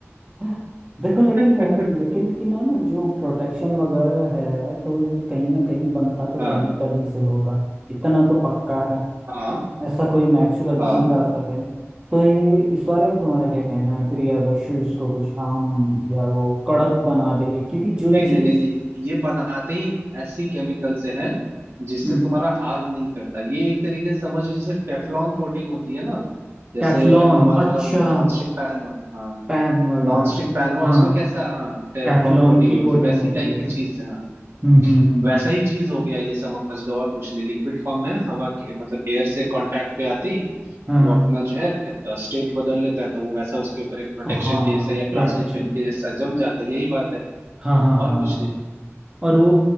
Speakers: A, on the right; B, on the right.
A: <laughs> देखो लेकिन
B: <laughs>
A: अ, लेकिन कि ना ना जो प्रोटेक्शन वगैरह है तो ये कहीं ना कहीं बनता तो
B: हाँ
A: केमिकल ही से होगा इतना तो पक्का है
B: हाँ
A: ऐसा कोई नेचुरल
B: हाँ
A: चीज आज तक है नहीं। तो ये इस बारे में तुम्हारा क्या कहना है फिर ये अगर शूज को कुछ हम या वो कड़क बना दे क्योंकि जो
B: नहीं
A: चीज
B: नहीं नहीं नहीं ये बनाते ही ऐसी केमिकल से है जिससे
A: हम्म
B: तुम्हारा हार्म नहीं करता ये एक तरीके से समझो जैसे टेफलॉन कोटिंग होती है ना जैसे
A: टेफलॉन
B: हमारा
A: अच्छा
B: वो नॉन स्टिक पैन हो हाँ
A: पैन वगैरह
B: नॉन स्टिक पैन हुआ
A: हाँ
B: उसमें कैसा हाँ टेफलॉन
A: टेफलॉन
B: कोटिंग
A: की
B: होती
A: कोटिंग
B: है वैसी
A: होती
B: टाइप
A: है
B: की चीज है हाँ,
A: हम्म हम्म हम्म, हम्म,
B: वैसा ही चीज हो गया ये समझ लो और कुछ नहीं लिक्विड फॉर्म में हवा के मतलब एयर से कांटेक्ट पे आती
A: हाँ
B: वो अपना जो है स्टेट बदल लेता है तो वो वैसा उसके ऊपर एक प्रोटेक्शन
A: हाँ
B: के जैसा या
A: प्रोटेक्शन
B: प्लास्टिक फिल्म के जैसा जम जाता है यही बात है
A: हाँ हाँ हाँ
B: और कुछ
A: हाँ। और वो